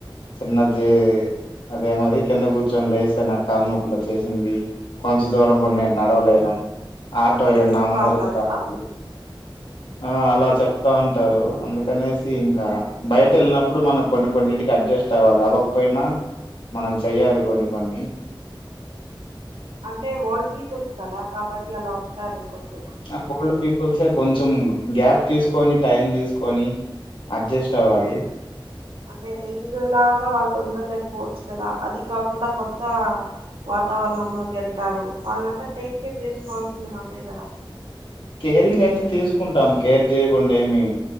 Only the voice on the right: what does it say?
ఓకే హెల్త్
ప్రాబ్లమ్సా
అంటే ఓల్డ్ పీపుల్స్ కదా కాబట్టి అలా ఉంటారు కొంచెం
అంటే ఎంగ్లాగా వాళ్ళు ఉండలేకపోవచ్చు కదా అది కాకుండా కొత్త వాతావరణంలోకి వెళ్తారు వాళ్ళనింతా టేక్ కేర్ చేసుకోవాల్సింది మనమే కదా